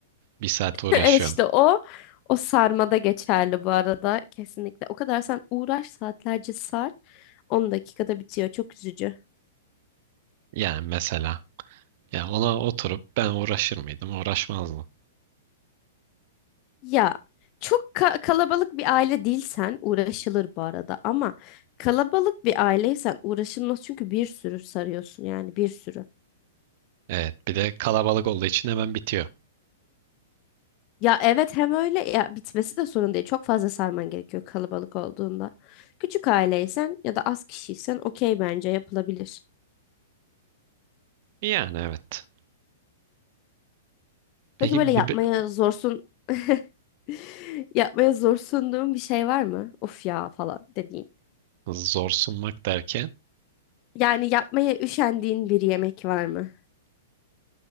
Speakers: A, on the right (about 50°); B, on the left (about 40°).
A: Bir saat
B: <laughs>
A: uğraşıyorsun.
B: Evet işte o o sarmada geçerli bu arada kesinlikle. O kadar sen uğraş saatlerce sar 10 dakikada bitiyor. Çok üzücü.
A: Yani mesela ya ona oturup ben uğraşır mıydım? Uğraşmazdım.
B: Ya çok ka- kalabalık bir aile değilsen uğraşılır bu arada ama kalabalık bir aileysen uğraşılmaz çünkü bir sürü sarıyorsun yani bir sürü.
A: Evet, bir de kalabalık olduğu için hemen bitiyor.
B: Ya evet hem öyle ya bitmesi de sorun değil. Çok fazla sarman gerekiyor kalabalık olduğunda. Küçük aileysen ya da az kişiysen okey bence yapılabilir.
A: Yani evet. Peki
B: Peki böyle yapmaya
A: bir
B: zorsun <laughs> yapmaya zorsunduğun bir şey var mı? Of ya falan dediğin.
A: zor sunmak derken
B: Yani yapmaya üşendiğin bir yemek var mı?